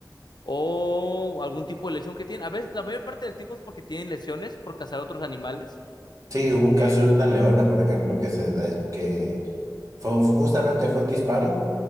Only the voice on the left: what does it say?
o algún tipo de lesión que tienen. A veces, la mayor parte del tiempo es porque tienen lesiones por cazar otros animales.
Eh,